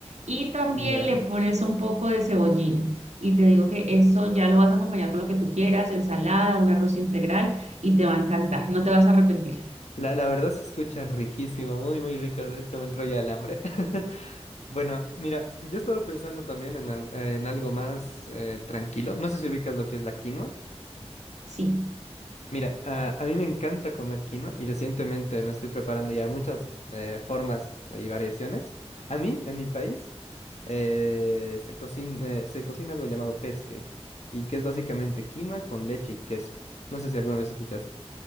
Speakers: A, on the right; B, on the left.
A: y también
B: ya.
A: le pones un poco de cebollín. Y te digo que eso ya lo vas a acompañar con lo que tú quieras, ensalada, un arroz integral y te va a encantar. No te vas a arrepentir.
B: La, la verdad se escucha riquísimo, muy, muy rico. De hecho, me entró ya el hambre. <laughs> Bueno, mira, yo estaba pensando también en, al- eh, en algo más eh, tranquilo. No sé si ubicas lo que es la quinoa.
A: Sí.
B: Mira, a, a mí me encanta comer quinoa y recientemente me estoy preparando ya muchas eh, formas y variaciones. A mí, en mi país, eh, se cocina, se cocina algo llamado pesque y que es básicamente quinoa con leche y queso. No sé si alguna vez escuchaste.